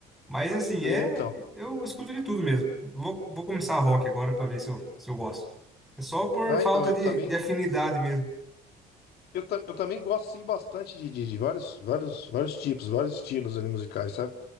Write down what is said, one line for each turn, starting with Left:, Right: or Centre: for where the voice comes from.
Centre: Mas assim,
Left: É,
Centre: é.
Left: então.
Centre: Eu escuto de tudo mesmo. Vou, vou começar rock agora pra ver se eu, se eu gosto. É só por
Left: Ah,
Centre: falta
Left: então, eu
Centre: de,
Left: também,
Centre: de afinidade mesmo.
Left: eu, ta- eu também gosto sim, bastante de, de, de vários, vários, vários tipos, vários estilos ali musicais, sabe?